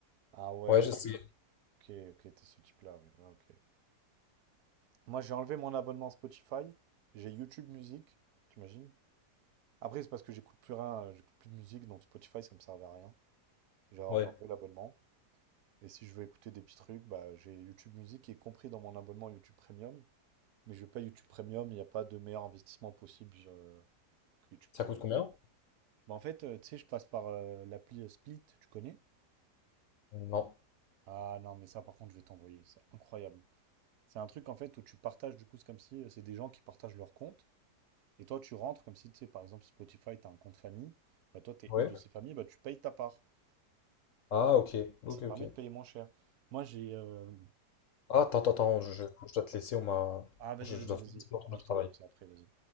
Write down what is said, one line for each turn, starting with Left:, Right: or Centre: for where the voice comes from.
Right: Ah ouais,
Left: Ouais, je sais.
Right: ok, ok, t'es ce type-là, ouais, ouais, ok. Moi, j'ai enlevé mon abonnement Spotify, j'ai YouTube Music, t'imagines? Après, c'est parce que j'écoute plus rien, euh, j'écoute plus de musique, donc Spotify, ça me servait à rien. Genre,
Left: Ouais.
Right: j'ai enlevé l'abonnement. Et si je veux écouter des petits trucs, bah, j'ai YouTube Music qui est compris dans mon abonnement YouTube Premium. Mais je veux pas YouTube Premium, il n'y a pas de meilleur investissement possible euh, que YouTube
Left: Ça
Right: Premium.
Left: coûte combien?
Right: Bah, en fait, euh, tu sais, je passe par euh, l'appli euh, Split, tu connais?
Left: Non.
Right: Ah non, mais ça par contre, je vais t'envoyer, c'est incroyable. C'est un truc en fait où tu partages, du coup, c'est comme si euh, c'est des gens qui partagent leur compte. Et toi, tu rentres comme si, tu sais, par exemple, Spotify, tu as un compte famille. Bah, toi, tu es
Left: Ouais.
Right: une de ces familles, bah, tu payes ta part.
Left: Ah ok. Ok,
Right: Ça te
Left: ok.
Right: permet de payer moins cher. Moi, j'ai. euh,
Left: Ah, attends, attends, attends, je, je- je dois te laisser, on m'a.
Right: Ah, vas-y,
Left: Je,
Right: vas-y,
Left: je dois
Right: vas-y.
Left: faire un petit peu
Right: Vas-y,
Left: de
Right: je
Left: travail.
Right: te raconte ça après, vas-y.